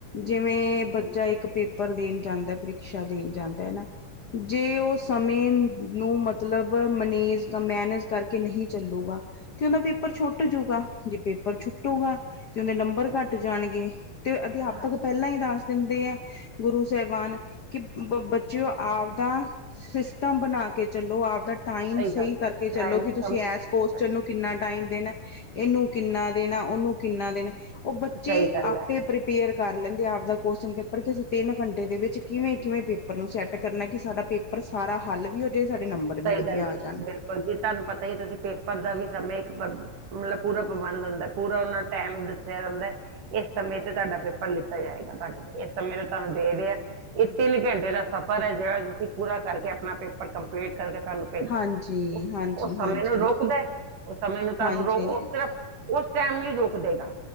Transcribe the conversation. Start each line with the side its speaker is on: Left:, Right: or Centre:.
Left: ਜਿਵੇਂ ਬੱਚਾ ਇੱਕ ਪੇਪਰ ਦੇਣ ਜਾਂਦਾ ਪ੍ਰੀਸ਼ਾ ਦੇਣ ਜਾਂਦਾ ਹੈਨਾ। ਜੇ ਉਹ ਸਮੇਂ ਨੂੰ ਮਤਲਬ ਮੈਨੇਜ- ਮੈਨੇਜ ਕਰਕੇ ਨਹੀਂ ਚੱਲੂਗਾ। ਤੇ ਉਹਦਾ ਪੇਪਰ ਛੁੱਟ ਜੂਗਾ ਜੇ ਪੇਪਰ ਛੁੱ ਟੁੱਟੂਗਾ ਤੇ ਉਹਦੇ ਨੰਬਰ ਘੱਟ ਜਾਣਗੇ ਤੇ ਅਧਿਆਪਕ
Right: ਹਾਂਜੀ
Left: ਪਹਿਲਾਂ ਹੀ ਦੱਸ ਦਿੰਦੇ ਆ। ਗੁਰੂ ਸਾਹਿਬਾਨ ਕਿ ਬ ਬੱਚੇਓ ਆਪਦਾ ਸਿਸਟਮ ਬਣਾ ਕੇ ਚਲੋ। ਆਪ ਦਾ ਟਾਈਮ ਸਹੀ
Right: ਗੱਲ ਹੈ
Left: ਕਰਕੇ ਚੱਲੋ
Right: ਟਾਈਮ
Left: ਕਿ
Right: ਸਮੇਂ
Left: ਤੁਸੀਂ
Right: ਚਲੋ
Left: ਇਸ ਕੋਸ਼ਚਨ
Right: ਸਹੀ
Left: ਨੂੰ ਕਿੰਨਾ ਟਾਈਮ ਇਹਨੂੰ ਕਿੰਨਾ ਦੇਣਾ -ਉਹਨੂੰ ਕਿੰਨਾ ਦੇਣਾ? ਉਹ ਬੱਚੇ
Right: ਸਹੀ ਗੱਲ
Left: ਆਪੇ
Right: ਹੈ
Left: ਪ੍ਰੀਪੇਅਰ ਕਰ ਲੈਂਦੇ। ਆਪ ਦਾ ਕੁਸ਼ਚਨ ਪੇਪਰ ਕਿ ਅਸੀਂ ਤਿੰਨ ਘੰਟੇ ਦੇ ਵਿੱਚ ਕਿਵੇਂ ਕਿਵੇਂ ਪੇਪਰ ਨੂੰ ਸੈੱਟ ਕਰਨਾ ਕਿ ਸਾਡਾ ਪੇਪਰ ਸਾਰਾ ਹੱਲ ਵੀ ਜਾਏ ਸਾਡੇ ਨੰਬਰ ਵੀ
Right: ਸਹੀ
Left: ਵਧੀਆ
Right: ਗੱਲ ਕੀਤੀ
Left: ਆ ਜਾਣ
Right: ਬਿਲਕੁਲ ਜੀ ਤੁਹਾਨੂੰ ਪਤਾ ਹੀ ਤੁਸੀਂ ਪੇਪਰ ਦਾ ਵੀ ਕੀ ਕਰਨਾ। ਮਤਲਬ ਪੂਰਾ ਪ੍ਰਬੰਧ ਹੁੰਦਾ ਪੂਰਾ ਉਹਨਾਂ ਨੂੰ ਟੈਮ ਦੱਸਿਆ ਜਾਂਦਾ ਇਸ ਸਮੇਂ ਤੇ ਤੁਹਾਡਾ ਪੇਪਰ ਲਿੱਤਾ ਜਾਏਗਾ ਤੁਹਾਡੇ ਤੇ ਇਸ ਸਮੇਂ ਤਾਂ ਤੁਹਾਨੂੰ ਦੇ ਰਹੇਆ। ਇਹ ਤਿੰਨ ਘੰਟੇ ਦਾ ਸਫ਼ਰ ਹੈ ਜਿਹੜਾ ਤੁਸੀਂ ਪੂਰਾ ਕਰਕੇ ਆਪਣਾ ਪੇਪਰ ਕੰਮ ਕਰਕੇ ਤੁਹਾਨੂੰ ਭੇਜੋ
Left: ਹਾਂਜੀ
Right: ਉਹ
Left: ਹਾਂਜੀ
Right: ਸਮੇਂ
Left: ਹਾਂਜੀ
Right: ਨੂੰ ਰੋਕਦਾ। ਉਹ ਸਮੇਂ ਨੂੰ ਤੁਹਾਨੂੰ
Left: ਹਾਂਜੀ
Right: ਰੋ ਸਿਰਫ ਉਸ ਟਾਈਮ ਲਈ ਰੋਕ ਦੇਗਾ।